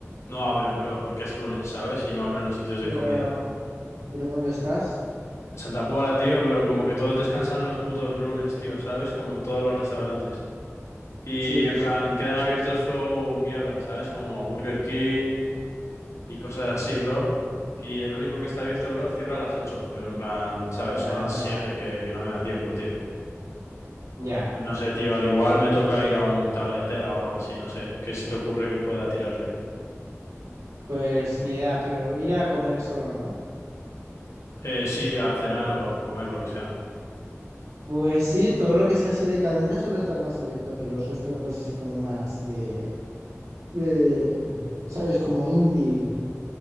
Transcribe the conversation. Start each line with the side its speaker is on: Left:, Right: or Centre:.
Left: no abren, bro, porque es lunes, ¿sabes? Y no abren los sitios de
Right: Pero,
Left: comida.
Right: ¿pero dónde estás?
Left: En Santa Pola, tío, pero como que todos descansan los putos lunes, tío, ¿sabes? Como todos los restaurantes. Y
Right: Sí,
Left: en
Right: sí,
Left: plan, quedan abiertos flow mierda, ¿sabes? Como Burger King. y cosas así,
Right: sí.
Left: bro. Y el único que está abierto, bro, cierra a las 8 pero en plan, ¿sabes?
Right: Ya,
Left: Son las
Right: qué
Left: 7
Right: mal.
Left: que, que no me da tiempo, tío.
Right: Ya,
Left: Y no sé, tío, al igual me toca ir a un tagliatela o algo así, no sé. ¿Qué se te ocurre que pueda tirarle?
Right: pues ni idea, pero ir a comer solo, ¿no?
Left: Eh, sí, a cenar
Right: Tipo,
Left: o comer, lo que sea.
Right: Pues sí, todo lo que sea así de cadena suele estar más abierto a que los restaurantes así como más de, de, ¿sabes? Como indie,